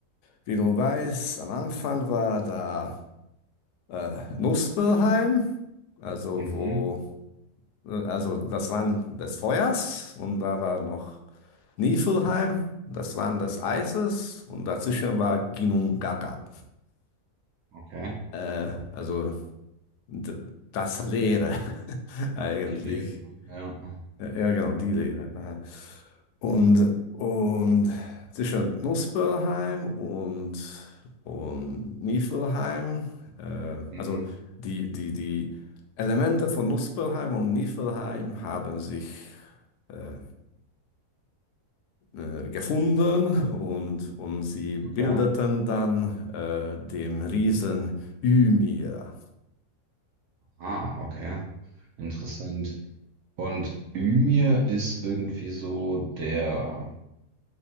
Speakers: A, on the left (about 80°); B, on the right (about 70°).
A: wie du weißt, am Anfang war da äh, Muspelheim, also
B: Mhm,
A: wo also das Land des Feuers und da war noch Niflheim, das Land des Eises und dazwischen war Ginnungagap.
B: okay.
A: Äh, also d- das Leere <laughs> eigentlich.
B: Die Lehre, ja.
A: Äh, Ja, genau, die Leere. äh. Und, und zwischen Nussböllheim und, und Niflheim, äh,
B: Mhm,
A: also die, die, die Elemente von Nussböllheim und Niflheim haben sich äh, äh, gefunden und, und sie bildeten
B: okay.
A: dann äh, den Riesen Ymir.
B: Ah, okay. Interessant. Und Ymir ist irgendwie so der